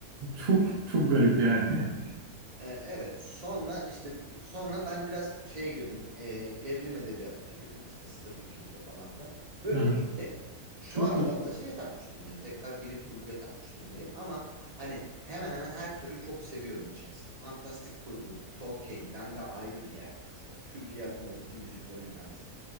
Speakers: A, on the right; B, on the right.
A: Çok çok garip yani. <laughs>
B: E, Evet sonra işte sonra ben biraz şeye girdim e, gerilim edebiyatına girdim işte Stephen King'le falan filan böyle
A: Hı hı.
B: gitti. Şu
A: Çok
B: aralarda
A: iyi.
B: da şeye takmış durumdayım tekrar bilim kurguya takmış durumdayım ama hani hemen hemen her türü çok seviyorum açıkçası. Fantastik kurgu Tolkien bende ayrı bir yerdir mesela külliyatını okudum Yüzüklerin Efendisi'nin.